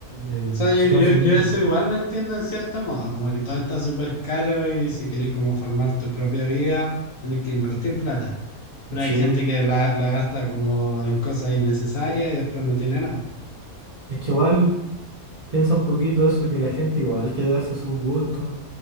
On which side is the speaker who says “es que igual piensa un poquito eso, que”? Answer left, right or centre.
Right